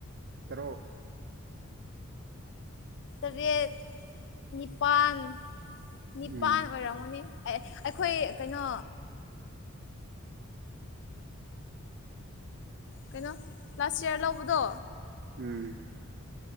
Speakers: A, on the right; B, on the left.
A: ꯇꯔꯣꯛ
B: ꯇꯔꯦꯠ ꯅꯤꯄꯥꯜ ꯅꯤꯄꯥꯜ
A: ꯎꯝ
B: ꯑꯣꯏꯔꯝꯒꯅꯤ ꯑꯩꯈꯣꯏ ꯀꯩꯅꯣ ꯀꯩꯅꯣ ꯂꯥꯁ ꯏꯌꯥꯔ ꯂꯧꯕꯗꯣ
A: ꯎꯝ